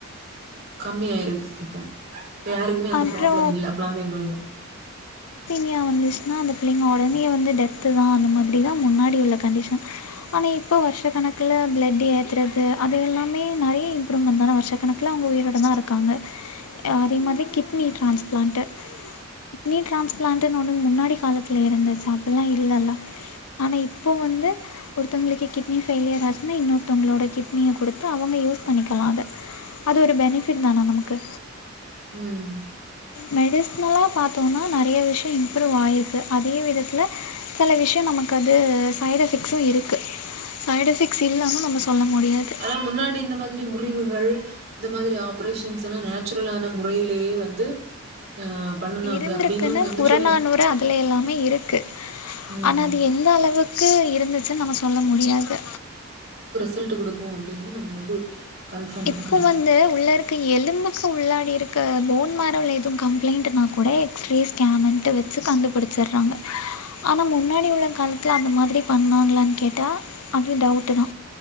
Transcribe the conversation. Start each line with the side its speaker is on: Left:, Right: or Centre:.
Right: கம்மியாயிருக்கு இப்போ யாருக்குமே அந்த
Left: அப்றோ
Right: ப்ராப்ளம் இல்ல கொழந்தைங்கள்ல
Left: அனீமியா வந்துச்சின்னா அந்த பிள்ளைங்க உடனே வந்து டெத்து தா அந்த மாதிரி தா முன்னாடி உள்ள கண்டிஷன் ஆனா இப்ப வருஷ கணக்குல பிளட் ஏத்துறது அது எல்லாமே நெறைய இம்ப்ரூவ்மெண்ட் தான வருஷ கணக்குல அவுங்க உயிரோட தா இருக்காங்க அதே மாதிரி கிட்னி ட்ரான்ஸ்பிளான்ட்டு கிட்னி ட்ரான்ஸ்பிளான்ட்டுன்னு ஒன்னு முன்னாடி காலத்துல இருந்துச்சா அப்டிலா இல்லல்ல ஆனா இப்போ வந்து ஒருத்தங்களுக்கு கிட்னி ஃபெய்லியர் ஆச்சுன்னா இன்னொருத்தோங்களோட கிட்னிய குடுத்து அவங்க யூஸ் பண்ணிக்கலா அத அது ஒரு பெனிஃபிட் தானா நமக்கு
Right: ம்
Left: மெடிசினல்லா பாத்தோ‌னா நெறைய விஷயொ இம்ப்ரூவ் ஆயிருக்கு அதே விதத்துல செல விஷயொ நமக்கு அது சைடு் எஃபெக்ட்ஸ்ஸு இருக்கு சைடு் எஃபெக்ட்ஸ் இல்லன்னு நம்ம சொல்ல முடியாது
Right: ஆனா முன்னாடி இந்த மாதிரி முறிவுகள் இந்த மாதிரி ஆப்ரேஷன்ஸ் எல்லா நேச்சுரலான முறையிலேயே வந்து அ பண்ணுனாங்க
Left: இருந்ருக்குன்னு
Right: அப்டின்னும் வந்து
Left: புறநானூறு
Right: சொல்லி
Left: அதுல எல்லாமே இருக்
Right: ம்.
Left: ஆனா அது எந்த அளவுக்கு இருந்துச்சுன் நம்ம சொல்ல முடியாது
Right: ல்ட்டு குடுக் கு அப்டின்னு நம்ம வந்து கன்ஃபார்ம் பண்ண
Left: இப்பொ
Right: முடியாது.
Left: வந்து உள்ளருக்க எலும்புக்கு உள்ளாடி இருக் க போன் மேரோல ஏது கம்ப்ளைண்டுனா கூட எ க்ஸ்ரே ஸ்கேமுன்ட்டு வச்சு கண்டுபுடிச்சிர்றாங்க ஆனா முன்னாடி உள்ள காலத்ல அந்த மாதிரி பண்வாங்களான் கேட்டா அது டவுட்டு தா